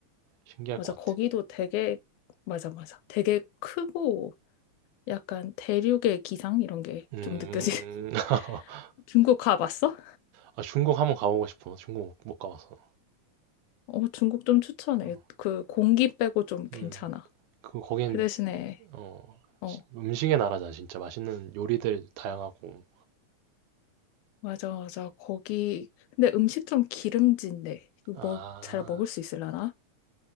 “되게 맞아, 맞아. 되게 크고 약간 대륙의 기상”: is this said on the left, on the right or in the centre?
Left